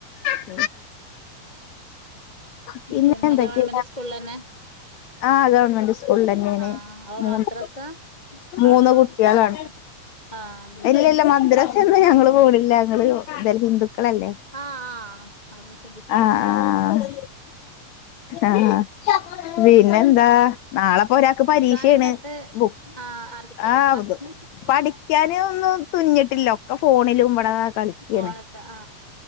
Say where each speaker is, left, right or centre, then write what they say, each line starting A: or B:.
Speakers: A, on the left (about 85°); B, on the left (about 20°).
A: <inaudible> പിന്നെപ്പൊന്തെക്കെ
B: പിന്നെ ഗവൺമെന്റ്
A: ട
B: സ്കൂളിലന്നെ
A: ആ അതാണ് ഉള്ളന്നെണ്
B: ആഹ് അപ്പൊ
A: മൂന്ന്
B: മദ്രസ
A: മൂന്ന്
B: അവിടുന്ന്
A: കുട്ട്യാളാണ്
B: കൊണ്ടന്നക്കും ആഹ് മൂന്നെട്ടണം
A: ഇല്ല ഇല്ല മദ്രസ്ന്നും ഞങ്ങള് പോണില്ല ഞങ്ങള് ഹിന്ദുക്ക ക്കളല്ലേ
B: ആഹ് ആഹ് അത് ശ്രദ്ധിച്ചില്ല
A: ആഹ് ആഹ് ആഹ് പിന്നെന്താ നാളെ ഒരാക്ക് പരീക്ഷയാണ്
B: ഇക്കാനിങ്ങട്ട്
A: ബു
B: ആഹ് ആർക്ക് എത്രാം
A: ആത്
B: ക്ലാസ്സിന്ന്
A: പഠിക്കാൻ ഒന്നും തുന്നിഞ്ഞിട്ടില്ല ഒക്ക ഫോണിലും മ്പടെ കളിക്കാണ്
B: പോണല്ലോ ആഹ്